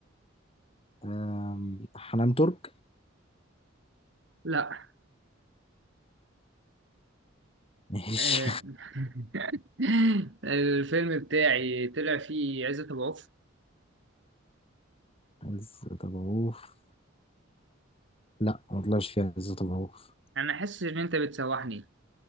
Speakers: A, on the left; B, on the right.
A: آم، حنان ترك؟
B: لا
A: ماشي
B: آه، <laughs> الفيلم بتاعي طلع فيه عزت أبو عوف
A: <laughs> عزت أبو عوف لا ما طلعش فيها عزت أبو عوف
B: أنا حاسس إن أنت بتسوحني